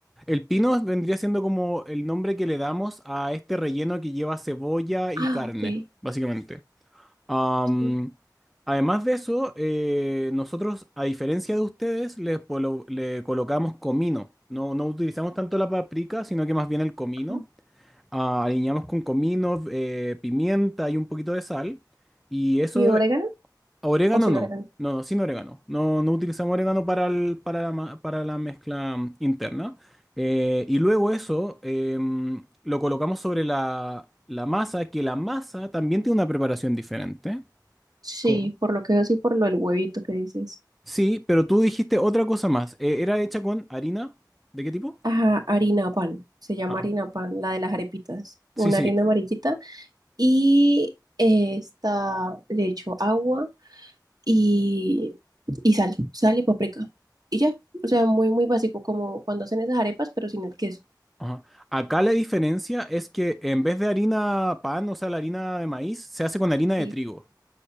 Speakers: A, in the centre; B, on the right.
A: el pino vendría siendo como el nombre que le damos a este relleno que lleva cebolla y
B: Ah,
A: carne,
B: ok.
A: básicamente. Am,
B: Sí.
A: además de eso, eh, nosotros, a diferencia de ustedes, le, polo- le colocamos comino. No, no utilizamos tanto la paprika, sino que más bien el comino.
B: Oh.
A: Ah, aliñamos con comino, eh, pimienta y un poquito de sal. Y eso
B: ¿Y orégano
A: Orégano
B: o sin
A: no,
B: orégano?
A: no, no, sin orégano. No, no utilizamos orégano para, el- para, la, ma- para la mezcla mm, interna. Eh, y luego eso em, lo colocamos sobre la, la masa, que la masa también tiene una preparación diferente.
B: Sí,
A: ¿Cómo?
B: por lo que veo, sí, por lo del huevito que dices.
A: Sí, pero tú dijiste otra cosa más. Eh, ¿era hecha con harina? ¿De qué tipo?
B: Ajá, harina pan. Se llama
A: Ah,
B: harina pan, la de las arepitas.
A: sí,
B: Una
A: sí.
B: harina amarillita. Y eh, está, le echo agua y, y sal, sal y paprika. Y ya, o sea, muy, muy básico, como cuando hacen esas arepas, pero sin el queso.
A: Ajá. Acá la diferencia es que en vez de harina pan, o sea, la harina de maíz, se hace con harina de
B: Sí.
A: trigo.